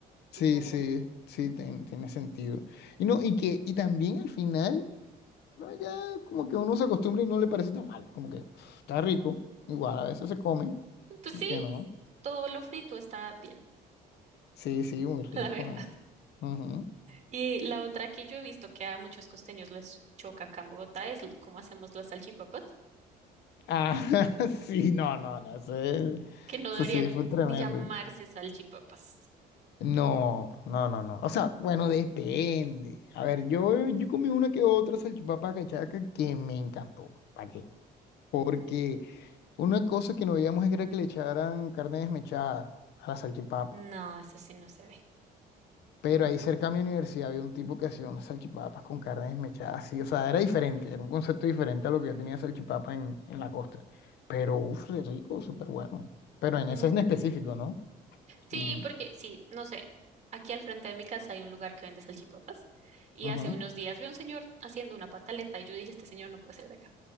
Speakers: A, on the right; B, on the left.
A: supongo.
B: Sí, sí, sí, ten- tiene sentido. Y no, y que, y también al final, no, ya como que uno se acostumbra y no le parece tan mal, como que pf, está rico, igual a veces se come,
A: Pues
B: ¿por
A: sí,
B: qué no?
A: todo lo frito está bien,
B: Sí, sí, muy rico.
A: <laughs> la verdad.
B: Ujú.
A: Y la otra que yo he visto que a muchos costeños les choca acá en Bogotá es l- cómo hacemos las salchipapas,
B: Ah, <laughs> sí, no, no, no, eso, es-
A: que no
B: eso
A: deberían
B: sí fue tremendo.
A: ni llamarse salchipapas.
B: No, no, no, no. O sea, bueno, depende. A ver, yo, yo comí una que otra salchipapa cachaca que me encantó. ¿Para qué? Porque una cosa que no veíamos era que le echaran carne desmechada a la salchipapa.
A: No, eso sí no se ve.
B: Pero ahí cerca a mi universidad había un tipo que hacía unas salchipapas con carne desmechada, sí. O sea, era diferente, era un concepto diferente a lo que yo tenía de salchipapa en, en la costa. Pero, uff, de rico, súper bueno. Pero en
A: Ah,
B: ese en específico,
A: ok.
B: ¿no?
A: Sí,
B: Ujú,
A: porque sí, no sé. Aquí al frente de mi casa hay un lugar que vende salchipapas y
B: ujú.
A: hace unos días vi a un señor haciendo una pataleta y yo dije, este señor no puede ser de acá.